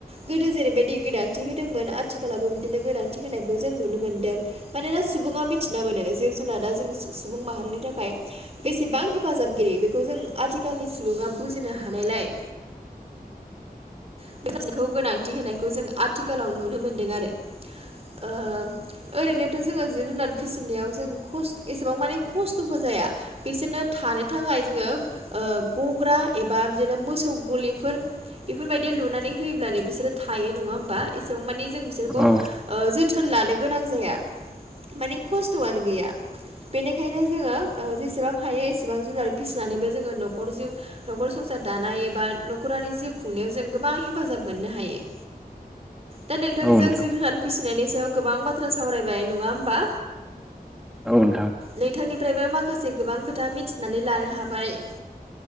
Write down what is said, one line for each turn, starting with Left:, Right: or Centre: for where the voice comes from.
Right: गोदो जेरैबायदि गोनांथि होदोंमोन। आथिखालावबो बिदिनो गोनांथि होनायखौ जों नुनो मोन्दों। मानोना सुबुङा मिथिना मोनो जिब-जुनादा जों सुबुं माहारिनि थाखाय बेसेबां हेफाजाबगिरि बेखौ जों आथिखालनि सुबुङा बुजिनो हानायलाय
Centre: <inaudible>
Right: <unintelligible> गोनांथि होनायखौ जों आथिखालाव नुनो मोनदों आरो ओ ओरैनोथ' जोङो जिब जुनार फिसिनायाव जों खस एसेबां माने खस थबो जाया बिसोरनो थानो थाखाय जोङो ओ गग्रा एबा बिदिनो मोसौ गलिफोर बेफोरबायदि लुनानै होयोब्लानो बिसोरो थायो नङा होमबा एसेबां मानि जों बिसोरखौ
Centre: औ
Right: ओ जोथोन लानो गोनां जाया मानि खस्थआनो गैया बेनिखाय जोङो ओ जेसेबां हायो एसेबां जुनार फिसिनानैबो जोङो नखर जिउ नखर संसार दानाय एबा न'खरारि जिउ खुंनायाव जों गोबां हेफाजाब मोननो हायो दा नोंथांजों
Centre: औ नोंथां
Right: जिब जुनार फिसिनायनि सायाव गोबां बाथ्रा सावरायबाय नङा होमबा
Centre: औ नोंथां
Right: नोंथांनिफ्रायबो माखासे गोबां खोथा मिथिनानै लानो हाबाय